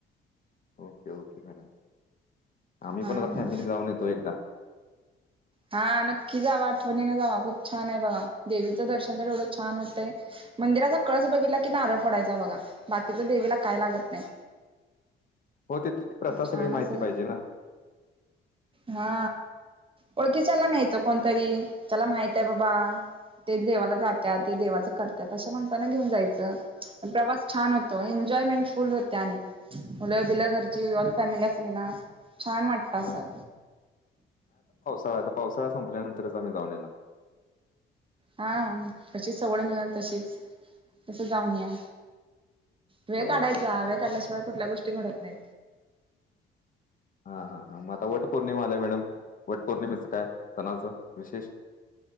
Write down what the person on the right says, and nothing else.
हा
हा.
हा नक्की जाव आठवणीने जाव खूप छान आहे बघा देवीचं दर्शन तर एवढं छान होतंय. मंदिराचा कळस बघितला की नारळ फोडायचा बघा बाकीच देवीला काय लागत नाही.
छान
असं
हा. ळकीीसाला न्यायचं कोणतरी त्याला माहितय बाबा. ते देवाला जातात ते देवाचं करतात अशा माणसाना घेऊन जायचं प्रवास छान होतो एन्जॉयमेंट फुल होते आणि. मुलं बिलं घरची ऑल फॅमिली असली ना छान वाट आसा
हां तशीच सवड मिळेल तशीच तसं जाऊन या. वेळ
काढायचा
वेळ काढल्याशिवाय कुठल्या गोष्टी घडत नाही.